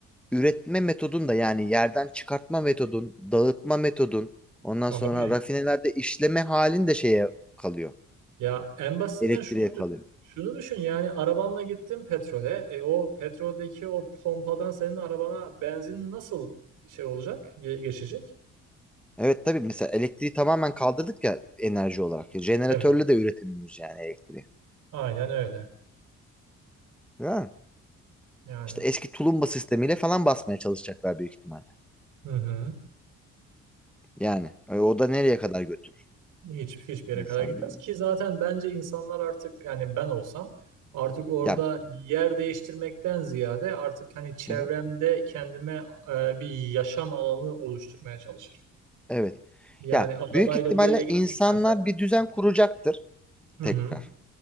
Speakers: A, in the centre; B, on the right.
A: üretme metodun da yani yerden çıkartma metodun, dağıtma metodun, ondan
B: Abi
A: sonra rafinelerde işleme halin de şeye kalıyor.
B: Ya en basitinden
A: Elektriğe
B: şunu düşün.
A: kalıyor.
B: Şunu düşün yani arabanla gittin petrole. E o petroldeki o pompadan senin arabana benzin nasıl şey olacak? ge- geçecek?
A: Evet tabii mesela elektriği tamamen kaldırdık ya enerji olarak. Jeneratörle
B: Evet.
A: de üretemiyoruz yani elektriği.
B: Aynen öyle.
A: Ya.
B: Yani
A: İşte eski tulumba sistemiyle falan basmaya çalışacaklar büyük ihtimalle.
B: hı hı.
A: Yani e, o da nereye kadar götürür
B: Hiç hiçbir yere
A: insanları?
B: kadar gitmez ki zaten bence insanlar artık yani ben olsam artık orada
A: Ya
B: yer değiştirmekten ziyade artık hani çevremde
A: Hı hı.
B: kendime e, bir yaşam alanı oluşturmaya çalışırım.
A: Evet.
B: Yani
A: Ya
B: arabayla
A: büyük ihtimalle
B: bir yere gitmektense.
A: insanlar bir düzen kuracaktır
B: Hı
A: tekrar.
B: hı.